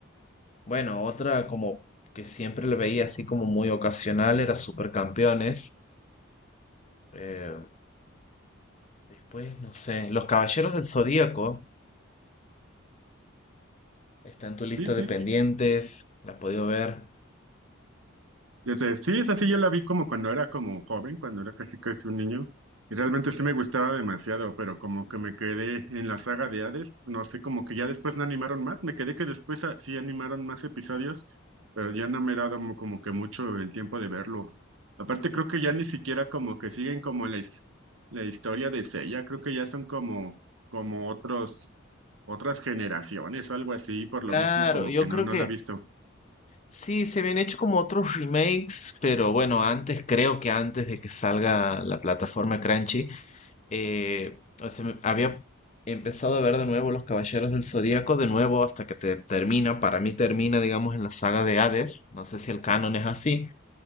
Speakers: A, on the left; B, on the right.
A: Bueno, otra como que siempre la veía así como muy ocasional era Supercampeones. Eh, después, no sé, Los Caballeros del Zodíaco. Está en tu lista
B: Sí, sí,
A: de pendientes, la has podido ver.
B: Y es sí, es así, yo la vi como cuando era como joven, cuando era casi casi un niño, y realmente sí me gustaba demasiado, pero como que me quedé en la saga de Hades, no sé, como que ya después no animaron más, me quedé que después ah, sí animaron más episodios, pero ya no me he dado mo- como que mucho el tiempo de verlo. Aparte creo que ya ni siquiera como que siguen como la, his- la historia de Seiya, creo que ya son como, como otros, otras generaciones o algo así, por lo
A: Claro,
B: mismo como
A: yo
B: que no,
A: creo
B: no
A: que
B: la he visto.
A: sí, se habían hecho como otros remakes, pero bueno, antes, creo que antes de que salga la plataforma Crunchy, eh, o sea, me- había empezado a ver de nuevo Los Caballeros del Zodíaco, de nuevo hasta que te termina, para mí termina, digamos, en la saga de Hades, no sé si el canon es así,